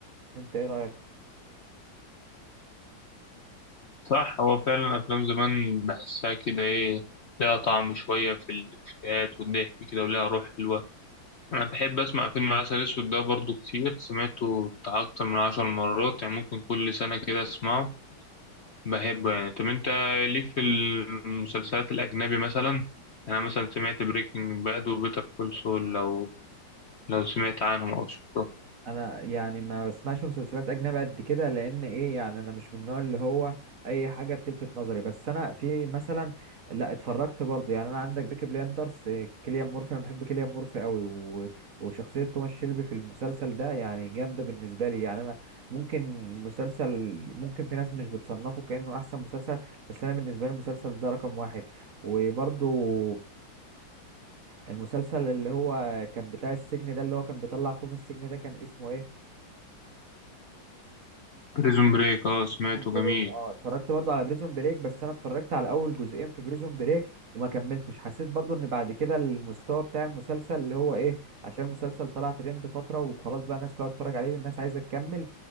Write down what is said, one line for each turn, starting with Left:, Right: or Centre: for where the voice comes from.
Right: انت ايه رأيك
Left: صح هو فعلا أفلام زمان بحسها كده إيه لها طعم شوية في الإفيهات والضحك كده ولها روح حلوة أنا بحب أسمع فيلم عسل أسود ده برضو كتير سمعته بتاع أكتر من عشر مرات يعني ممكن كل سنة كده أسمعه بحبه يعني طب أنت ليك في المسلسلات الأجنبي مثلا يعني أنا مثلا سمعت بريكنج باد وبيتر كول سول لو لو سمعت عنهم أو شفته
Right: انا يعني ما بسمعش مسلسلات اجنبي قد كده لان ايه يعني انا مش من النوع اللي هو اي حاجه بتلفت نظري بس انا في مثلا لا اتفرجت برضو يعني انا عندك بيكي بليندرز كيليان مورفي انا بحب كيليان مورفي قوي و... وشخصيه توماس شيلبي في المسلسل ده يعني جامده بالنسبه لي يعني انا ممكن مسلسل ممكن في ناس مش بتصنفه كانه احسن مسلسل بس انا بالنسبه لي المسلسل ده رقم واحد وبرضو المسلسل اللي هو كان بتاع السجن ده اللي هو كان بيطلع اخوه من السجن ده كان اسمه ايه
Left: بريزون بريك أه سمعته
Right: بريزون بريك
Left: جميل
Right: اه اتفرجت برضو على بريزون بريك بس انا اتفرجت على اول جزئين في بريزون بريك وما كملتش حسيت برضو ان بعد كده المستوى بتاع المسلسل اللي هو ايه عشان المسلسل طلع ترند فترة وخلاص بقى الناس كلها بتتفرج عليه والناس عايزة تكمل